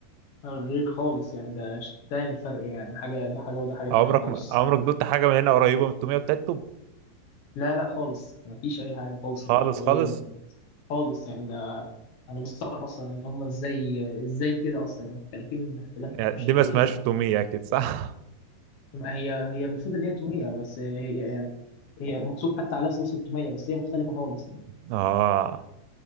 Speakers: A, on the left; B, on the right.
A: غير خالص يعني ده ش- تاني الفرق يعني حاجة ده حاجة وده حاجة
B: عمرك
A: تانية خالص
B: ما- عمرك دوت حاجه من هنا قريبه من التوميه بتاعتهم
A: لا لا خالص مفيش أي حاجة خالص
B: خالص
A: قريبة
B: خالص
A: منهم خالص يعني ده أنا مستغرب أصلا إن هما إزاي إزاي كده أصلا يعني مختلفين اختلاف
B: يعني
A: مش
B: دي
A: طبيعي
B: ما اسمهاش
A: يعني.
B: تومية أكيد صح؟
A: ما هي هي المفروض ان هي توميه بس هي هي مكتوب حتى عليها صوص التوميه بس هي مختلفه خالص يعني
B: <laughs> آه.